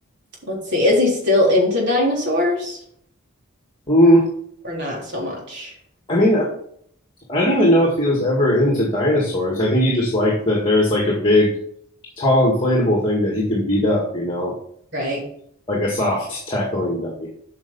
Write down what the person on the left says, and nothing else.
Mm,
I mean, I, I don't even know if he was ever into dinosaurs. I think he just liked that there's like a big, tall, inflatable thing that he can beat up, you know?
like a soft tackling dummy.